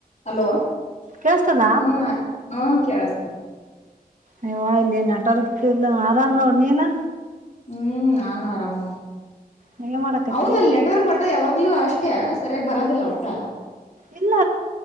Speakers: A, on the left; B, on the right.
A: Hello
B: ಕೇಳ್ಸ್ತದ
A: ಹ್ಮ ಹ ಕ ಆಳಷ್ಟ
B: ಅಯ್ವಾ ಇಲ್ಲಿ ನಟರ್ಕ್ ಇಲ್ಲ ಆರಾಮ್ನ ಅವ್ ನೀನಾ
A: ಹ್ಮ್ ನಾನು ಆರಾಮ
B: ನೀವ್ ಏನ್ ಮಾಡಾಕತ್ರಿ
A: ಹೌದ ಅಲ್ ನೆಟ್ವರ್ಕ್ ಹೊಟ್ಟ ಯಾವಾಗ <unintelligible> ಮಗ್್ಲುೂ ಅಷ್ಟೇ ಸರಿಯಾಗಿ ಬರೋದಿಲ್ಲ ಒಟ್ಟ
B: ಇಲ್ಲ